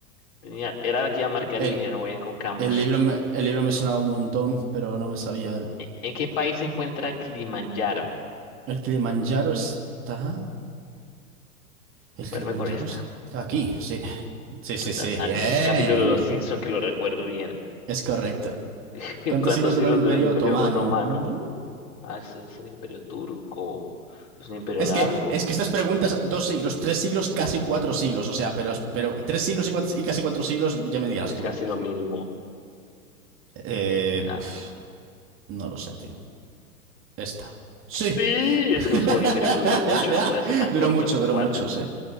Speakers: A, on the left; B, on the right.
A: Tenía, era la que iba a marcar
B: El,
A: y dije, no voy a ir con Camus.
B: el libro me, el libro me sonaba un montón, pero no me sabía. El,
A: ¿En en qué país se encuentra Kilimanjaro?
B: el Kilimanjaro está. El
A: Vuelve
B: Kilimanjaro
A: con esta.
B: está aquí, sí. Sí, sí,
A: en
B: sí,
A: Tanzania.
B: bien.
A: Un capítulo de Los Simpson que lo recuerdo bien.
B: Es correcto.
A: <laughs>
B: ¿Cuántos
A: ¿Cuántos
B: siglos duró
A: siglos
B: el Imperio
A: duró el Imperio
B: Otomano?
A: Otomano?
B: Bu-
A: Ah, ese es el Imperio Turco. Es un imperio
B: Es
A: largo.
B: que, es que estas preguntas, dos siglos, tres siglos, casi cuatro siglos, o sea, pero, pero tres siglos y, cuatro- y casi cuatro siglos, ya me dirás
A: Es
B: tú.
A: casi lo mismo.
B: Eh,
A: Ya.
B: pf, no lo sé, tío. Esta. Sí.
A: Sí,
B: <laughs>
A: es que fue un imperio que duró mucho. No podía ser tan
B: Duró
A: corto
B: mucho,
A: como
B: duró
A: cuatro.
B: mucho, sí.